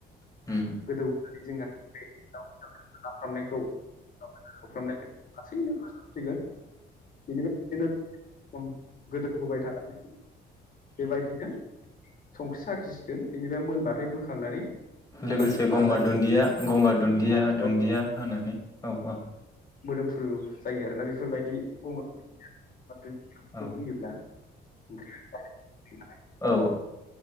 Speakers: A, on the left (about 20°); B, on the left (about 50°).
A: औ औ
B: गोदौ होनानै जोंहा <unintelligible> लाफ्रामनायखौ एयावफ्रामनाय लासैनो <unintelligible> बेनिफ्राय <unintelligible> गोदौ होबाय थानानै बेबायदिनो संख्रि साखि सिगोन बेनिफ्राय मोनबाथाय बोखांनानै
A: लोगोसे गंगार
B: खांनानै
A: दुन्दिया गंगार दुन्दिया
B: औ
A: दुन्दिया होनानै औ औ
B: मोदोमफ्रु जायो आरोना बेफोरबायदि गंगार दुन्दियाखौ
A: औ
B: होयोब्ला ओंख्रि नालाय
A: औ
B: <unintelligible>